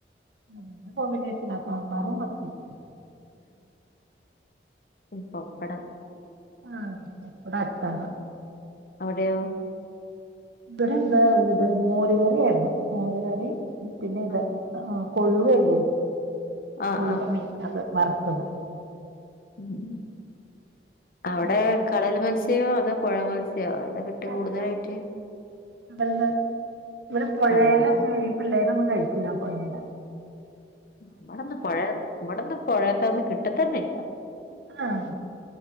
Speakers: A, on the right; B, on the left.
A: നല്ല കോമ്പിനേഷനാ സാമ്പാറും മത്തീം
B: ഈ പപ്പടം.
A: ആഹ് പപ്പടം അച്ചാറ്
B: അവിടെയോ
A: ഇബടെ എന്താ ഇത് മോരു കറിയായിരുന്നു മോരുകറീം പിന്നെ ഇത്
B: ആ
A: ആഹ് കൊഴുവ ഇല്ലേ
B: ആ
A: കൊഴുവ
B: ആ ആ.
A: മീൻ അത് വറുത്തത്
B: മ്ഹ് അവിടെ
A: പിന്നെ
B: കടൽ മത്സ്യോ അതോ പുഴ മൽസ് <unintelligible> താ കിട്ടയാ
A: കടല
B: കൂടുതലായിട്ട്?
A: <unintelligible> ഇവിടെ പുഴെലെ
B: കടലാ
A: ഈ പിള്ളേരൊന്നും കഴിക്കൂല പുയെലെ
B: ഇവിടെന്നും പുഴെ ഇവിടെന്നും പുഴത്തെ ന്നും കിട്ടത്തന്നെല്ല.
A: ആഹ്